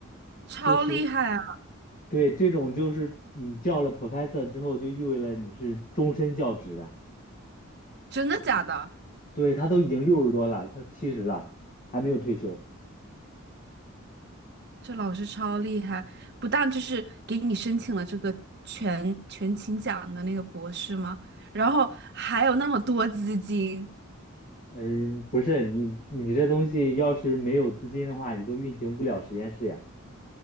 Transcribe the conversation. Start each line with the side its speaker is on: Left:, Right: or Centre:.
Right: 超厉害啊！
Left: 就是对这种就是你叫了 professor 之后，就意味着你是终身教职。
Right: 真的假的？
Left: 对，他都已经六十多了，快七十了，还没有退休。
Right: 这老师超厉害，不但就是给你申请了这个全全勤奖的那个博士吗？然后还有那么多资金。
Left: 嗯，不是你，你这东西要是没有资金的话，你都运行不了实验室呀。